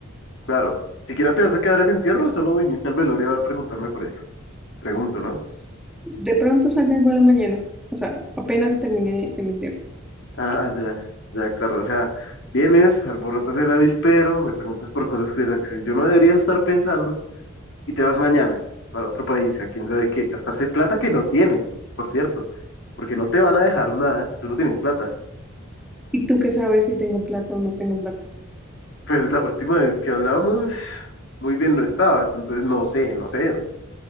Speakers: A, on the left (about 60°); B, in the centre.
A: Claro. ¿Siquiera te vas a quedar al entierro o solo viniste al velorio a preguntarme por eso? Pregunto, ¿no? <laughs>
B: De pronto salga el vuelo mañana, o sea, apenas se termine el entierro.
A: Ah, ya, ya, claro. O sea, vienes, alborotas el avispero, me preguntas por cosas que de las que yo no debería estar pensando y te vas mañana para otro país, a quién sabe qué, gastarse plata que no tienes, por cierto, porque no te van a dejar nada, tú no tienes plata.
B: ¿Y tú qué sabes si tengo plata o no tengo plata?
A: Pues la última vez que hablábamos, muy bien no estabas, entonces no sé, no sé.